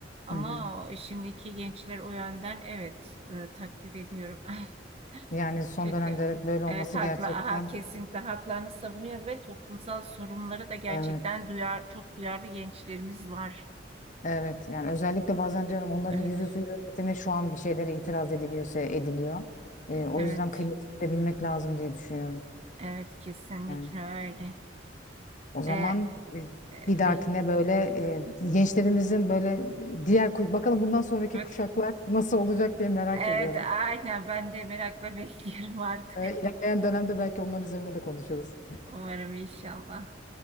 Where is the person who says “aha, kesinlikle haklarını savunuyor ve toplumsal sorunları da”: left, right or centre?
Right